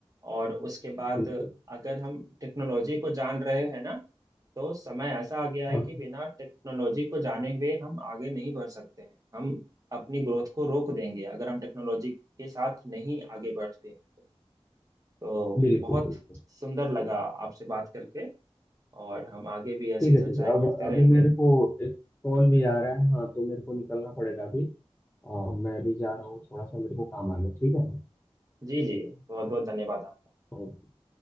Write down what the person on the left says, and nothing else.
बिल्कुल
हाँ
बिल्कुल
बिल्कुल
ठीक
है ठीक है अब
अभी मेरे को एक कॉल भी आ रहा है हाँ तो मेरे को निकलना पड़ेगा अभी और मैं अभी जा रहा हूँ थोड़ा सा मेरे को काम आ गया ठीक है ना
ओके